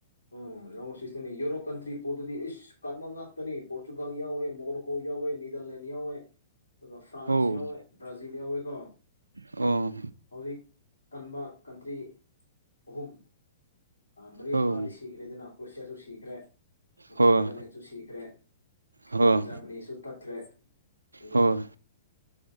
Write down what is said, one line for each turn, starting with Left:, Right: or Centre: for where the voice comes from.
Left: ꯎꯝ ꯎꯝ ꯅꯤ ꯌꯨꯔꯣꯞ ꯀꯟꯇ꯭ꯔꯤ ꯄꯣꯠꯇꯨꯗꯤ ꯏꯁ ꯀꯟꯕ ꯉꯥꯛꯇꯅꯤ ꯄꯣꯔꯇꯨꯒꯒꯥꯜ ꯌꯥꯎꯋꯦ ꯃꯣꯒꯣꯔꯣꯀꯣ ꯌꯥꯎꯋꯦ ꯅꯤꯗꯔ ꯂꯦꯟ ꯌꯥꯎꯋꯦ ꯑꯗꯨꯒ ꯐ꯭ꯔꯥꯟꯁ
Right: ꯑꯧ
Left: ꯌꯥꯎꯋꯦ ꯕ꯭ꯔꯥꯖꯤꯜ ꯌꯥꯎꯋꯦ ꯀꯣ
Right: ꯑꯣ
Left: ꯍꯧꯖꯤꯛ ꯀꯟꯕ ꯀꯟꯇ꯭ꯔꯤ ꯑꯍꯨꯝ ꯃꯔꯤ
Right: ꯑꯧ
Left: ꯃꯉꯥꯗꯤ ꯁꯤꯈ꯭ꯔꯦꯗꯅ ꯀ꯭ꯔꯣꯁꯤꯌꯥꯁꯨ ꯁꯤꯈ꯭ꯔꯦ ꯑꯗꯨꯒ
Right: ꯍꯣꯏ
Left: ꯅꯤꯗꯔꯂꯦꯟꯁꯨ ꯁꯤꯈ꯭ꯔꯦ
Right: ꯍꯣꯏ
Left: ꯑꯣꯖꯥ ꯑꯅꯤꯁꯨ ꯇꯠꯈ꯭ꯔꯦ ꯌꯦꯡꯉꯇ
Right: ꯍꯣꯏ